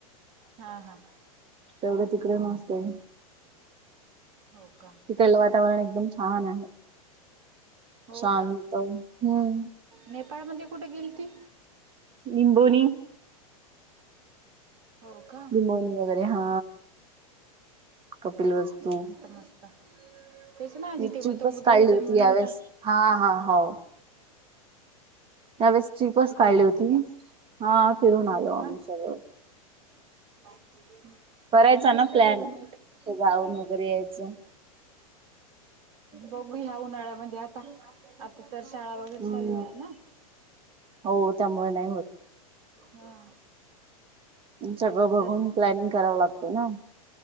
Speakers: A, on the right (about 50°); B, on the right (about 30°).
A: हा हा.
B: तेवढ तिकडे नसते.
A: हो का.
B: तिकलं वातावरण एकदम छान आहे.
A: हो
B: शांत
A: का
B: हम्म
A: नेपाळमध्ये कुठे गेलीती
B: निंबोनी.
A: हो का
B: लबोनी वगैरे. हा कपिल वस्तू
A: मस्त मस्त. तेच ना
B: मी
A: जिथे
B: ट्रिपच
A: गौतम बुद्धाचा
B: काढली
A: जन्म
B: होती
A: झालता
B: यावेळेस हा हा हो. त्यावेस्ट्रीपच
A: तिथे
B: काढली
A: गेलती
B: होती
A: का?
B: हा फिरून आलो
A: हो का
B: आम्ही सगळ.
A: <inaudible>
B: करायचा
A: मस्त
B: ना प्लॅन.
A: केलं मग
B: जाऊन वगैरे यायचं
A: बघू ह्या उन्हाळ्यामध्ये आता आता. तर शाळा वगैरे
B: हम्म
A: चालू आहेत ना
B: हो त्यामुळे नाही होत
A: हा
B: सगळं
A: नंतर
B: बघून प्लॅनिंग करावं लागत ना.